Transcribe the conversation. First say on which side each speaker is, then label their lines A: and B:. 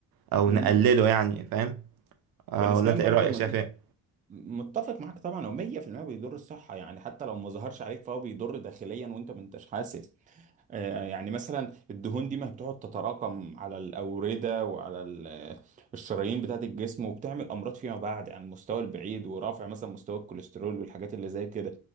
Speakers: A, on the right; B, on the right.
A: او
B: امم
A: نقلله يعني فاهم آه
B: ونسبيا
A: ولا انت
B: برضو
A: ايه رأيك
B: من
A: شايف ايه
B: متفق معاك طبعا هو 100% بيضر الصحه يعني حتى لو ما ظهرش عليك فهو بيضر داخليا وانت ما انتش حاسس آه، يعني مثلا الدهون دي ما بتقعد تتراكم على الأوردة وعلى ال- الشرايين بتاعة الجسم وبتعمل أمراض فيما بعد عن المستوى البعيد ورفع مثلا مستوى الكوليسترول والحاجات اللي زي كده